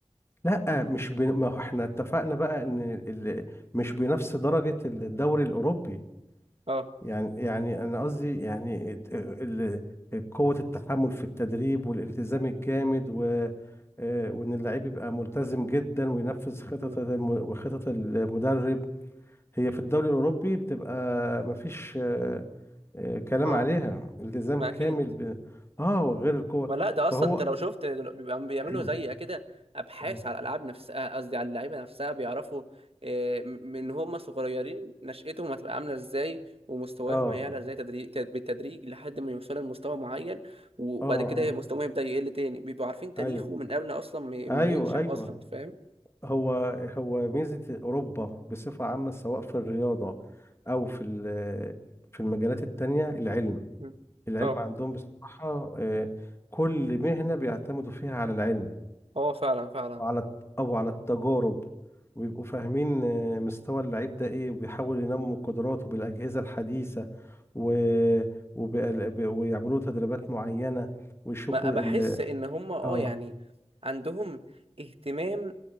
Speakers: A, on the left (about 20°); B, on the right (about 55°).
A: لا مش بي... ما هو احنا اتفقنا بقى ان ال... مش بنفس درجة الدوري الأوروبي
B: اه
A: يعني يعني انا قصدي يعني ات- ال... قوة التحمل في التدريب والالتزام الجامد و... آه، وان اللعيب يبقى ملتزم جدا وينفذ خطط
B: مم.
A: الم... وخطط المدرب هي في الدوري الأوروبي بتبقى مفيش آه، آه، كلام
B: ما
A: عليها
B: آه.
A: التزام
B: ما
A: كامل
B: اكيد
A: ب... اه وغير القوة
B: ما لا ده
A: فهو
B: اصلا انت لو شفت دلو- بيبقى بيعملوا
A: <clears throat>
B: زي كده ابحاث
A: اه
B: على الالعاب نفسها قصدي على اللعيبه نفسها بيعرفوا آه، م- من هم صغيرين نشأتهم هتبقى عامله ازاي ومستواهم
A: اه
B: هيعلى ازاي تدريج تد- بالتدريج لحد ما يوصلوا لمستوى معين وبعد
A: اه
B: كده مستواهم يبدأ يقل تاني بيبقوا عارفين تاريخه
A: ايوه
B: من قبل اصلا ما ما
A: ايوه
B: ينشأ
A: ايوه
B: اصلا فاهم
A: هو هو ميزة أوروبا بصفة عامة سواء في الرياضة أو في ال- في المجالات التانية العلم
B: مم.
A: العلم
B: اه
A: عندهم بصراحة آه، كل مهنة بيعتمدوا فيها على العلم
B: اه فعلا فعلا
A: وعلى الت- أو على التجارب ويبقوا فاهمين آه، مستوى اللعيب ده إيه وبيحاولوا ينموا من قدراته بالأجهزة الحديثة و... وبال- ب- ويعملوا له تدريبات معينة ويشوفوا
B: ما بحس
A: ال...
B: ان هم اه
A: آه
B: يعني عندهم اهتمام